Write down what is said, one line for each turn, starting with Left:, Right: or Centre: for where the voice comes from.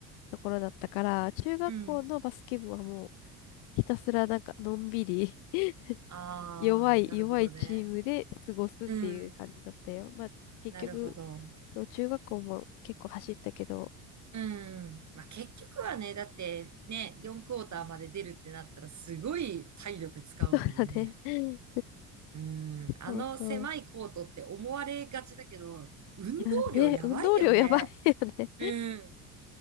Left: ところだったから、中学校のバスケ部はもう
Right: うん。
Left: ひたすらなんかのんびり <laughs>
Right: ああ、
Left: 弱い弱いチームで過ごすっていう感じだったよ。
Right: なるほどね。うん。
Left: まあ、結局、
Right: なるほど。
Left: そう中学校も結構走ったけど、
Right: うん。まあ、結局はね、だってね、4クォーターまで出るってなったらすごい体力使うもんね。
Left: <laughs> ね、
Right: うん。あの狭いコートって思われがちだけど、
Left: そうそう。
Right: 運動量やばいよね。
Left: いや、ね、運動量やばいよね。
Right: うん。